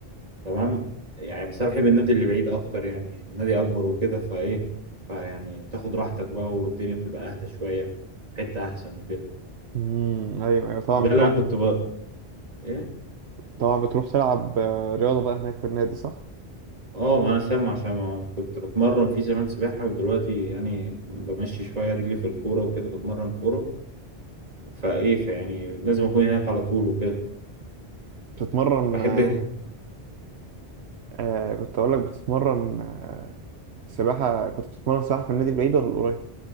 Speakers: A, on the right; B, on the right.
A: تمام يعني بس انا بحب النادي اللي بعيد اكتر يعني النادي اكبر وكده فايه فيعني بتاخد راحتك بقى والدنيا بتبقى اهدى شويه في حته احسن وكده
B: امم ايوه ايوه طبعا
A: وده
B: بتروح
A: اللي انا كنت ب... ايه
B: طبعا بتروح تلعب آه، رياضه بقى هناك في النادي صح
A: اه ما انا سامع عشان ما كنت بتمرن في زمان سباحه ودلوقتي يعني بمشي شويه رجلي في الكوره وكده بتمرن كوره فايه فيعني لازم اكون هناك على طول وكده
B: بتتمرن
A: بحب
B: آه،
A: <laughs>
B: آه، كنت اقول لك بتتمرن آه، سباحه كنت بتتمرن سباحه في النادي البعيد ولا القريب